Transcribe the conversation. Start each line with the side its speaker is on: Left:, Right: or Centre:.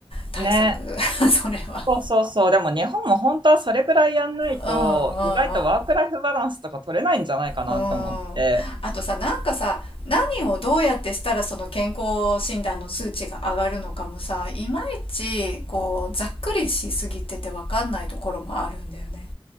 Left: 対策
Right: う。ね。
Left: <laughs> それは
Right: そうそうそう。でも日本も本当はそれぐらいやんないと、
Left: うんうん
Right: 意外とワークライフバランスとか取れないんじゃないかなと思って。
Left: うんうんあとさなんかさ何をどうやってしたらその健康診断の数値が上がるのかもさいまいちこうざっくりしすぎてて分かんないところもあるんだよね、